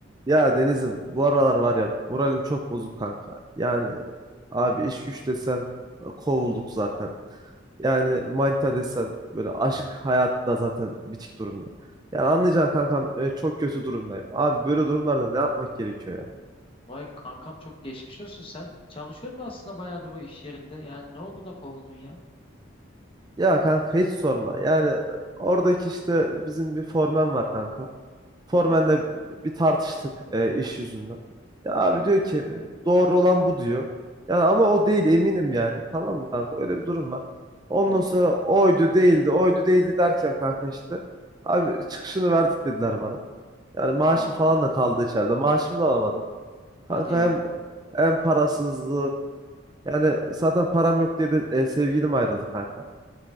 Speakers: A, on the right (about 20°); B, on the left (about 25°).
A: Ya Deniz'im bu aralar var ya moralim çok bozuk kanka. Yani abi iş güç desen e, kovulduk zaten. Yani manita desen böyle aşk hayatı da zaten bitik durumda. Yani anlayacaksın kankam e, çok kötü durumdayım. Abi böyle durumlarda ne yapmak gerekiyor ya?
B: Vay kankam çok geçmiş olsun. Sen çalışıyordun aslında bayağıdır o iş yerinde. Yani ne oldu da kovuldun ya?
A: Ya kanka hiç sorma. Yani e, oradaki işte bizim bir formen var kanka. Formen'le
B: Hı hı.
A: bir tartıştık e, iş yüzünden. Ya
B: Hmm,
A: abi diyor ki doğru olan bu diyor. Ya ama o değil eminim yani. Tamam mı kanka? Öyle bir durum var. Ondan
B: hmm.
A: sonra oydu değildi, oydu değildi derken kanka işte. Abi çıkışını verdik dediler bana. Yani maaşım
B: Vay,
A: falan da kaldı içeride. Maaşımı da alamadım. Kanka
B: hadi ya.
A: hem hem parasızlık. Yani zaten param yok diye de e, sevgilim ayrıldı kanka.